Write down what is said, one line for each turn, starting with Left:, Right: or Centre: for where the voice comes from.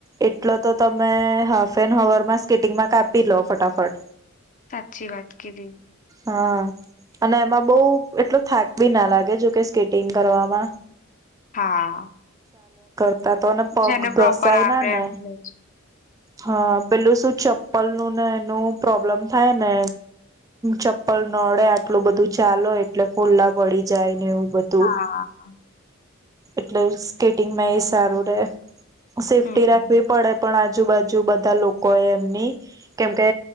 Right: એટલો તો તમે હાફ એન હવરમાં સ્કીટિંગમાં કાપી લો ફટાફટ
Left: સાચી વાત કીધી.
Right: હા અને એમાં બહુ એટલો થાક બી ના લાગે જોકે સ્કેટિંગ કરવામાં
Left: હા.
Right: ત તોને પગ
Left: જેને પ્રોપર
Right: ઘસાય
Left: આવડે
Right: ના ને
Left: એમને જ.
Right: હા પેલું શું ચપ્પલ નું ને એનું પ્રોબ્લમ થાય ને ચપ્પલ નડે આટલું બધું ચાલો એટલે ફૂલ્લા પડી જાય ને એવું બધું
Left: હા હા,
Right: એટલે સ્કેટિંગમાં એ સારું રહેે સેફ્ટી
Left: હમ્મ.
Right: રાખવી પડે પણ આજે આજુબાજુ બધા લોકો એ એમની કેમકે